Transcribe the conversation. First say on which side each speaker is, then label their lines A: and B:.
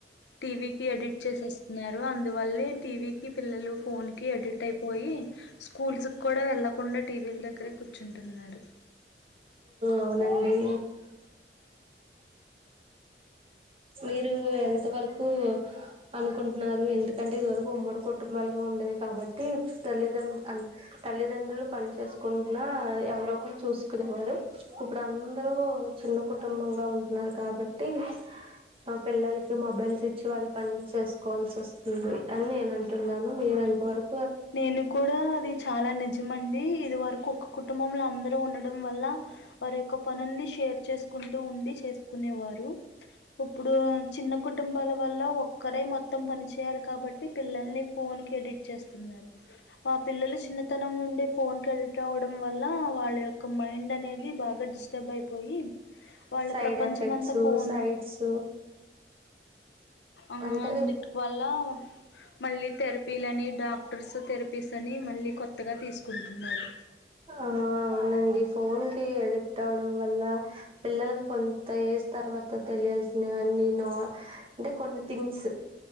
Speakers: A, on the left (about 80°); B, on the right (about 30°).
A: టీవీకి ఎడిట్ చేసెయ్ వస్తున్నారు అందువల్లే టీవీ ఈ పిల్లలు ఫోన్ కి ఎడిట్ అయిపోయి స్కూల్స్ కు కూడా వెళ్లకుండా టీవీల దగ్ అక్కడే కూర్చుంటున్నారు
B: అవునండి మీరు ఎంతవరకు అనుకుంటున్నారు ఎందుకంటే ఇదివరకు ఉమ్మడి కుటుంబాలుగా ఉండేయి కాబట్టి తల్లిదండ్ తల్లిదండ్రులు పని చేసుకుంటున్నా ఎవరో ఒకరు చూస్ కునేవారు ఇప్పుడు అందరూ చిన్న కుటుంబంగా ఉంటున్నారు కాబట్టి ఆ పిల్లలకి మొబైల్స్ ఇచ్చి వాళ్ళు పనులు చేసుకోవాల్సి వస్తుంది అని నేను అంటున్నాను మీరెంతవరక్
A: నేను కూడా అది చాలా నిజమండి ఇది వరకు ఒక్ కుటుంబంలో అందరూ ఉండడం వల్ల వారి యొక్క పనుని షేర్ చేసుకుంటూ ఉండి చేసుకునేవారు ఇప్పుడు చిన్న కుటుంబాల వల్ల ఒ క్కరే మొత్ మొత్తం పని చేయాలి కాబట్టి పిల్లల్ని ఫోన్ కి ఎడిట్ చేస్ మా పిల్లలు చిన్న ది త్తనం నుండే ఫోన్ కి ఎడెక్ట్ అవ్వడం వల్ల వాళ్ళ యొక్క మైండ్ అనేది బాగా డిస్టర్బ్ అయిపోయి వాళ్ళ
B: సైడ్
A: ప్రపంచం
B: ఎఫెక్ట్స్
A: అంతా ఫోన్
B: సైడ్స్
A: ఆ
B: అంటే
A: అన్నిటి వల్ల మళ్ళీ థెరపీలని డాక్టర్స్ థెరపీస్ అని మళ్ళీ కొత్తగా తీసుకుంటున్నారు
B: ఆ అవునండి ఫోన్ కి ఎడిక్ట్ అవ్వడం వల్ల పిల్లలకి కొంత ఏజ్ తర్వాత తెలియాల్సినవన్నీ నా అంటే కొన్ని థింగ్స్